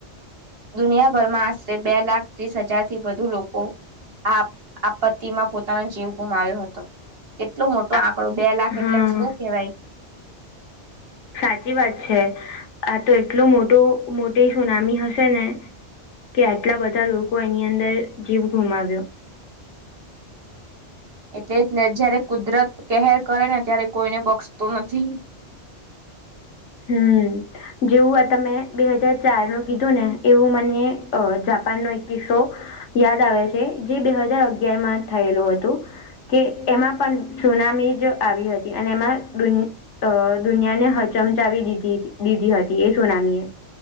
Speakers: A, on the right (about 60°); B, on the left (about 85°).
A: દુનિયાભરમાં આશરે બે લાખ ત્રીસ હજાર થી વધુ લો કો આ આપત્તિમાં પોતાનો જીવ ગુમાવ્યો હતો કેટલો મોટો
B: આ
A: આંકડો બે લાખ એટલે
B: હા
A: શું કેવાય
B: સાચી વાત છે, આ તો એટલો મોટો મોટી સુનામી હશે ને કે આટલા બધા લોકો એની અંદર જીવ ગુમાવ્યો
A: એટલે જને જયારે કુદરત કેહેર કરે ને ત્યારે કોઈને બક્ષતો નથી
B: હમ. જેવું આ તમે બે હજાર ચાર નું કીધું ને એવું મને અ જાપાનનો એક કિસ્સો યાદ આવે છે, જે બે હજાર અગયારમાં થયેલું હતું કે એમાં પણ સુનામી જ આવી હતી અને એમાં દુન અ દુનિયાને હ ચમચાવી દીધી દીધી હતી એ સુનામી એ